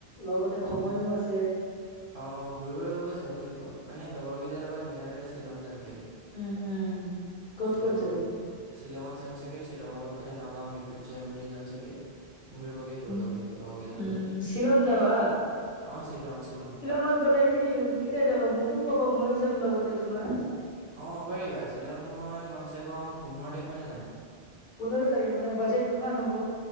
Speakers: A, on the left (about 55°); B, on the right (about 55°).
A: লগতে সময়ো আছে।
B: অ ঘূৰিবলৈ ক'ৰবাত যাব লাগিব মানে লগৰকেইটাৰ লগত মিলাই পেলাই শ্বিলং যাম চাগে।
A: উম উম। ক'ত
B: শ্বিলঙৰ
A: ক'ত যাবা?
B: পৰা, শ্বিলঙত যাম চাগে শ্বিলঙৰ পৰা গৈ পেলাই নগাঁওৰ মৃত্যুঞ্জয় মন্দিৰ যাম চাগে। ঘূৰিবগে সেই
A: উম,
B: হ'ব লাগিব লগৰকেইটাৰ
A: উম,
B: লগতে,
A: শ্বিলং যাবা?
B: অ শ্বিলং, শ্বিলং।
A: শ্বিলং ত গ'লে কি কেতিয়া যাবা? মোকো ক'বা ময়ো যাম লগতে তোমাৰ।
B: অ পাৰিবা। শ্বিলং মই কমচে কম পোন্ধৰ তাৰিখ মানে যাম।
A: পোন্ধৰ তাৰিখে মানে বাজেট কিমান হ'ব?